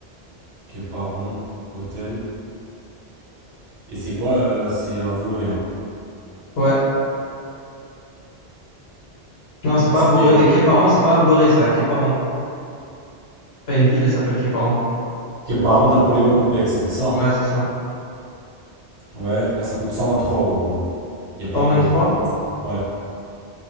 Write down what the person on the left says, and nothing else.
Ouais. Non, c'est pas
Voré. Képaron, c'est pas Vloré, ça. Képaron. Enfin, une ville, elle s'appelle Képaron.
Ouais, c'est ça.
123.